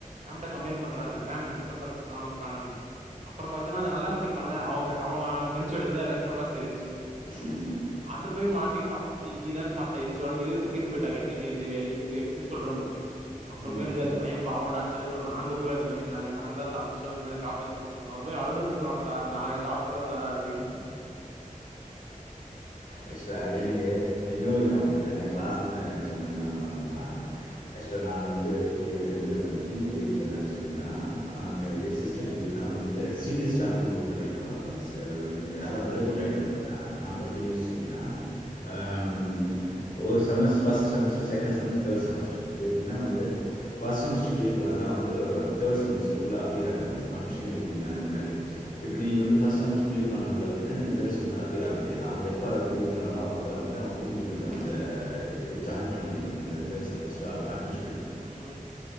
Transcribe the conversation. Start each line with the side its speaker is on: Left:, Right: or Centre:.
Right: மேம்ட கம்ப்ளைன்ட் பண்றாங்க மேம் எ டிஃபன் பாக்ஸ் காணோ காணோன்னு அப்பற பாத்தனா அந்த நல்லா படிப்பால்ல அவ பெ அவ பென்ச்சடிலதா எல்லா டிஃபன் பாக்ஸு இருந்ச்சு
Left: ஸ்ஸ்.
Right: அந்த பைய மாட்டிக்கிட்டா நீ தானே சாப்பிட்ட எந்துசு வானு வெளிய கூட்டிட்டு போயிட்டாங்க. எச்சம் இது இதுக்கு பிரின்சிபால் ரூம்க்கு அப்புறமேலூ
Left: ம்
Right: அந்த பைய பாவொண்டானு சொல்லி ஆப்ரோ நாங்க போய் அந்த பையன நாங்கதா சாப்பிடுனு சொல்லி காப்பாத்தி கூட். அந்த பைய அழுதுட்டு இருக்கா சார் நாங்க சாப்ட். சொல்ல சார் அப்படின்னு.
Left: ஆக்சுவல எனக்கு இன்னொரு
Right: அ
Left: காமெடி நான் கிளாஸ்க்கு சொன்ன நா நா நான் ஆக்சுவலா நான் வந்து பி ஜி படிக்குரப்போ என்ன ஆச்சுனா. எனா
Right: ம்
Left: அங்க
Right: ம்
Left: எசிஸ்டம். ப்டினா வந்துட்டு சீனியர் ஸ்டாஃப்பு <unintelligible> படிப்பாங்க அதாவது சேதாவது நீங்க யாரவ் பிரேக் அவுட் ஆய்ட்டாங்க அப்பிட்னா நா படிச்ச யூனீவர் எப்டினா ஏ ம் ஒரு செமஸ் ஃபஸ்ட்டு செமஸ்ட்ரு செகன்ட் செமஸ் தேடு செமஸ்ட்ரு இது எப்டினா வந்து ஃபஸ்ட் செமஸ்ட்ரு கிளியர் பண்ணாதா வந்து தேடு செமஸ்ட்ருக்குள்ள அப்பியர் ஆக முடியு அட்மிஷ னே எடுக்க முடியு அந்த
Right: அஹ
Left: மாரி இப்ப நீங்க வந்து ஃபஸ்ட் செமஸ்டர் கிளியர் பண்ண முடியல அப்டினா நீங்க தேடு செம்க்கு அப்பியர் ஆக முடியாது அவங்க எப் ப அத கிளியர் பண்றாங்களோ அப்ப தா வந்து த அவுங்க திரும்பி வந்து
Right: ம்
Left: அந்த
Right: ம்
Left: இத் ஜாயின் பண்ண முடியு அந்த தேடு செமஸ்ட்ரு அபு, அட்மிஷ
Right: உம்